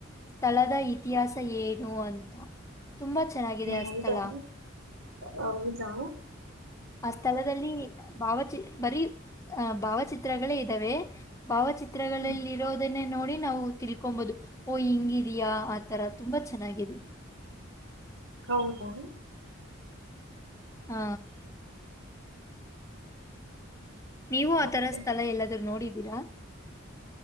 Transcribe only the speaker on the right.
ಹೌದಾ
ಹೌದಾ
ಹ್ಮ
ಹೌದಾ
ಮತ್ತೆ